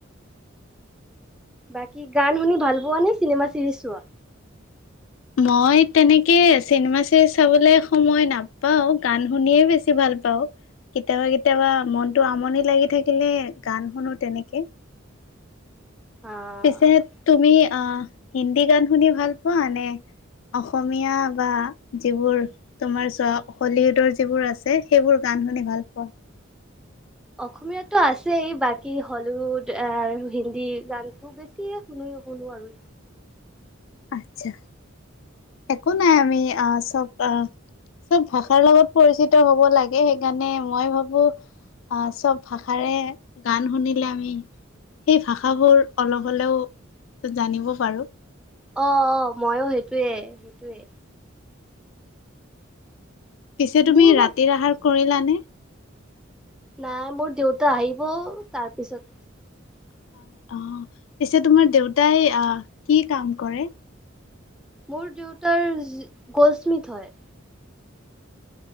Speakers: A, in the centre; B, on the left.
A: বাকী গান শুনি ভাল পোৱা নে চিনেমা চিৰিজ চোৱা
B: মই তেনেকে চিনেমা চিৰিজ চাবলে সময় নাপাও গান শুনিয়ে বেছি ভাল পা ত কেতিয়াবা কেতিয়াবা মনতো আমনি লাগি থাকিলে গান শুনো তেনেকে
A: আহ
B: পিছে তুমি আহ হিন্দী গান শুনি ভাল পোৱা নে অসমীয়া বা যিবোৰ তোমাৰ চোৱা হলিউডৰ যিবোৰ আছে সেইবোৰ গান শুনি ভাল পোৱা
A: অসমীয়াতো আছেই বাকী হলিউড হিন্দী গানতো বেছি শুনো শুনো আৰু
B: আচ্ছা একো নাই আমি আহ চব আহ চব ভাষাৰ লগত পৰিচিত হব লাগে সেইকাৰণে মই ভাবো। অহ চব ভাষাৰে গান শুনিলে আমি সেই ভাষাবোৰ অলপ হ'লেও জানিব পাৰো
A: অ অ ময়ো সেইটোৱে সেইটোৱে
B: পিছে তুমি
A: মোৰ মত
B: ৰাতিৰ আহাৰ কৰিলানে
A: নাই মোৰ দেউতা আহিব তাৰ পিছত
B: হয় অ পিছে তোমাৰ দেউতাই আহ কি কাম কৰে
A: মোৰ দেউতাৰ গলস্মিথ হয়